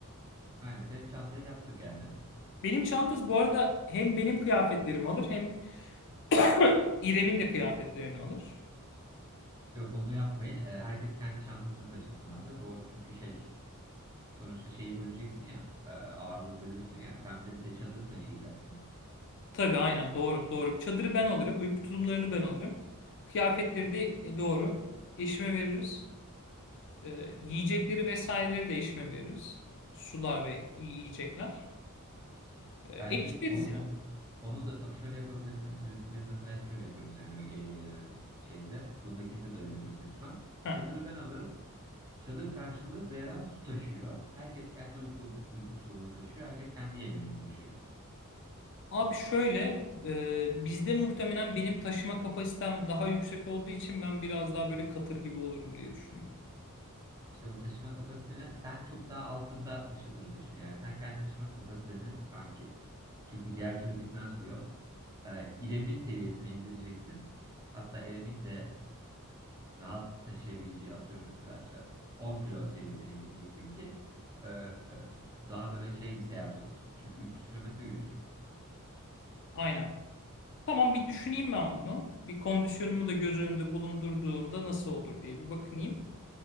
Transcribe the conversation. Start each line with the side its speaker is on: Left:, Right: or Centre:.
Right: Aynen senin çantayı yaptık yani.
Left: Benim çantası bu arada hem benim kıyafetlerimi alır hem <clears throat> İrem'in de kıyafetlerini alır.
Right: Yok onu yapmayın. E, herkes kendi çantasını taşısın abi. O çünkü şey Sonuçta şeyi böleceksin ya, e, ağırlığı bölüyorsun ya. Sen de bir de çadırı taşıyacaksın.
Left: Tabii aynen doğru doğru. Çadırı ben alırım. Uyku tulumlarını ben alırım. Kıyafetleri de e, doğru. Eşime veririz. E, yiyecekleri vesaireleri de eşime veririz. Sular ve yi- yiyecekler. E,
Right: Bence
Left: eşleriz
Right: o, o-
Left: yani.
Right: onu da bak şöyle yapabilirsin. Biz, biz mesela hep şöyle yapıyoruz yani e, şeyde, bundakinde de öyle yaparız büyük ihtimal.
Left: Heh.
Right: Çadırı ben alırım. Çadır karşılığı Zehra su taşıyor. Herkes kendi uyku, uyku tulumunu taşıyor. Herkes kendi yemeğini taşıyor.
Left: Abi şöyle e, bizde muhtemelen benim taşıma kapasitem daha yüksek olduğu için ben biraz daha böyle katır gibi olurum diye düşünüyorum.
Right: İşte o taşıma kapasiteni sen çok daha altında taşıdığını düşün. Yani sen kendi taşıma kapasiteni kanki. Çünkü diğer türlü bitmez bu yol. E, İrem'in seviyesine indireceksin. Hatta İrem'in de e, rahat taşıyabileceği atıyorum mesela işte 10 kilo seviyesine indireceksin ki e, e, daha böyle şey bir seyahat olsun. Çünkü 300 kilometre yürüyeceğiz.
Left: Aynen. Tamam bir düşüneyim ben bunu. Bir kondisyonumu da göz önünde bulundurduğumda nasıl olur diye bir bakınayım.